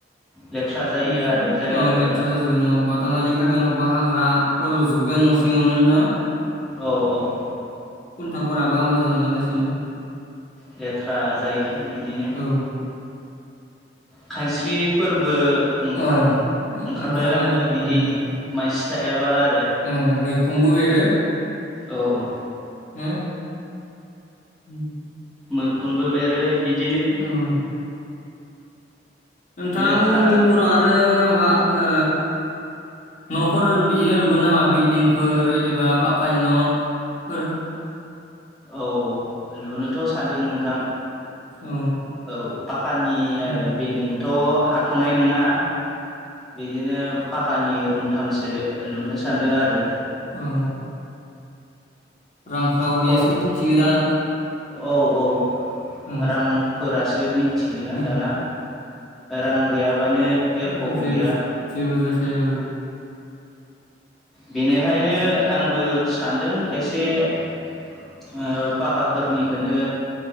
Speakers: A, in the centre; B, on the left.
A: लेथ्रा जायो
B: बिनिख
A: आरो जायगाफोरा
B: औ लेथ्रा जाजोबोगोन बा दामालि खागोन औबा हाग्रा रज'जोबगोन न' सिङावनो ना।
A: औ औ
B: फोराबो आमा जालांगोन लासैनो
A: लेथ्रा जायो बिदिनो
B: औ
A: खानस्रि फोरबो ओंखार
B: औ
A: ओंखारलायलाङो
B: ओंखारनानै
A: बिदि
B: उम
A: मानसि थायाबा आरो
B: उम मैखोमबो बेरो।
A: औ
B: हो उम
A: मैखुनबो बेरो बिब
B: ओं नोंथाङा
A: लेथ्रा
B: उइयुनफोराव आरो माबा ओ न'फोर बिदिनो लुगोन नामा बिल्डिंफोर एदबा पाक्कानि न' फोर
A: औ लुनोथ' सानदों नोंथां
B: औ
A: औ फाक कानानि
B: उम
A: आरो बिल्डिंथ' हाथ'नाय नङा बिदिनो पाककनि रुमथामसो लुनो सान्दों आरो
B: ओं रांखावरियासो
A: खर
B: मिथिगो दा।
A: औ औ
B: औ
A: रांफोरासो मि थिगोना
B: औ
A: दाना रां गैयाबानो एख'
B: औ जेबो
A: गैया।
B: जेबो औ
A: बेनिखायनो आंबो सानदों एसे ओ पाका फोरनिखौनो